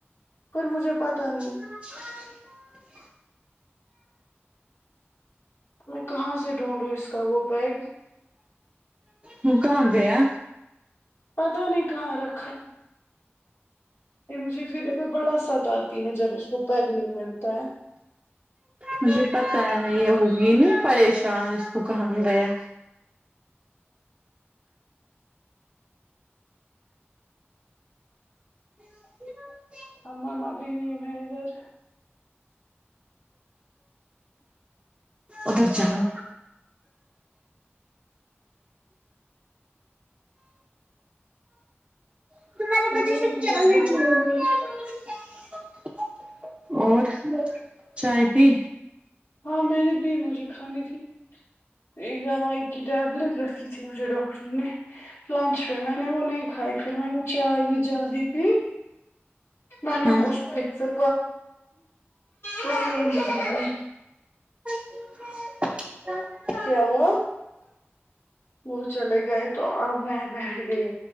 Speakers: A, on the left (about 75°); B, on the right (about 25°).
A: پر مجھے پتا نہیں
B: <inaudible>
A: میں کہاں سے ڈھونڈوں اس کا وہ بیگ
B: وہ کون دیا
A: پتا نہیں کہاں رکھا یہ مجھے پھر بڑا ستا آتی ہے جب اس کو پیگ نہیں ملتا ہے
B: مجھے پتا ہے یہ ہوگئی ن پریشان اس کو کہانگ گیا <inaudible>
A: اماں بھی نہیں ہیں ادھر
B: ادھر چلو <unintelligible>
A: وہ بھی ہے بہت
B: اور چائے پی
A: ہاں میں نے بھی مجھے کھانی تھی ایک دوائی کی ٹیبلیٹ رکھی تھی مجھے ڈاکٹر نے لنچ میں میں نے وہ نہیں کھائی پھر میں نے چائے جلدی بھی میں نے
B: ہاں
A: اب اس مکسر <unintelligible>
B: <inaudible>
A: کیا ہو وہ چلے گئے تو اب میں بیٹھ گئی